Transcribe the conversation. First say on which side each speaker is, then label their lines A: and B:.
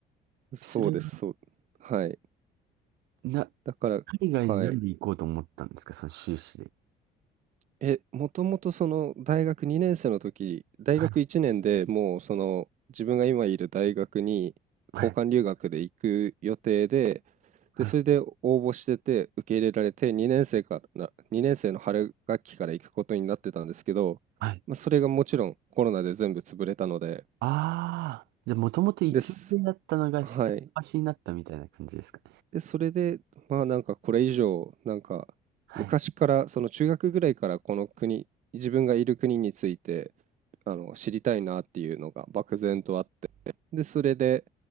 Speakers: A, on the right (about 45°); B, on the right (about 85°).
A: そうです、
B: それは、
A: そう。はい。
B: な、
A: だから、
B: 海外になんで行こうと思ったんですか、
A: はい。
B: その修士で。
A: え、もともとその大学2年生の時、大学1年でもうその自分が今いる大学に交換留学で行く予定で、
B: はい、はい、はい。
A: で、それで応募してて受け入れられて2年生から、2年生の春学期から行くことになってたんですけど、
B: はい。
A: まあ、それがもちろんコロナで全部潰れたので、
B: ああ、じゃあ、もともと行く予定だったのが、
A: です。はい。
B: 先走りになったみたいな感じですか。
A: で、それで、まあなんかこれ以上、なんか昔から、
B: はい。
A: その中学ぐらいからこの国、自分がいる国について、あの、知りたいなっていうのが漠然とあって、で、それで